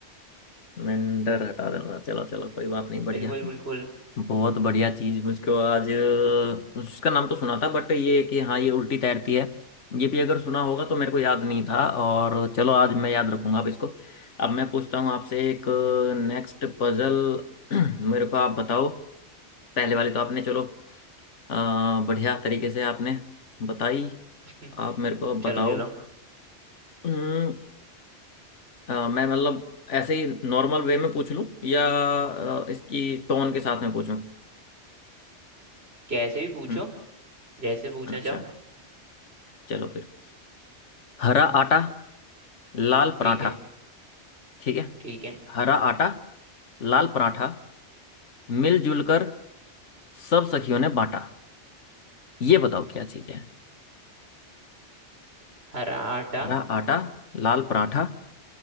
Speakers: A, on the left; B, on the right.
A: मेंढर हटा देना चलो चलो कोई बात नहीं बढ़िया
B: बिल्कुल बिल्कुल
A: बहुत बढ़िया चीज मुझको आज अ, उसका नाम तो सुना था बट ये कि हाँ ये उल्टी तैरती है ये भी अगर सुना होगा तो मेरे को याद नहीं था और चलो आज मैं याद रखूंगा अब इसको अब मैं पूछता हूँ आपसे एक नेक्स्ट पजल <clears throat> मेरे को आप बताओ पहले वाले तो आपने चलो अ, बढ़िया तरीके से आपने बताई
B: <laughs>
A: आप मेरे को अब
B: चलो
A: बताओ
B: चलो
A: अम्म, अ, मैं मतलब ऐसे ही नॉर्मल वे में पूछ लूं या अ, इसकी टोन के साथ में पूछूं
B: कैसे भी पूछो
A: हम्म
B: जैसे पूछना
A: अच्छा
B: चाहो
A: चलो फिर हरा आटा लाल पराठा
B: ठीक है
A: ठीक है
B: ठीक है
A: हरा आटा लाल पराठा मिलजुल कर सब सखियों ने बांटा ये बताओ क्या चीज है
B: हरा आटा
A: हरा आटा लाल पराठा